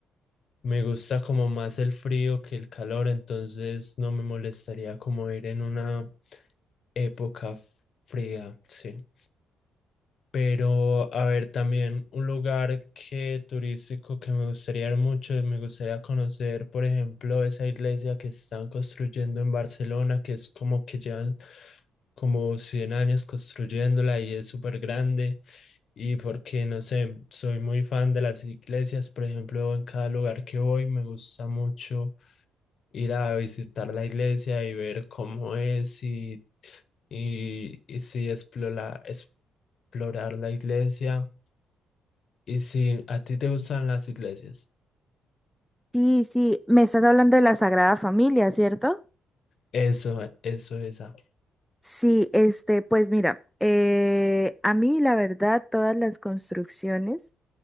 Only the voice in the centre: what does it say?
Sí, sí, me estás hablando de la Sagrada Familia, ¿cierto?
Sí, este, pues mira, eh, a mí la verdad todas las construcciones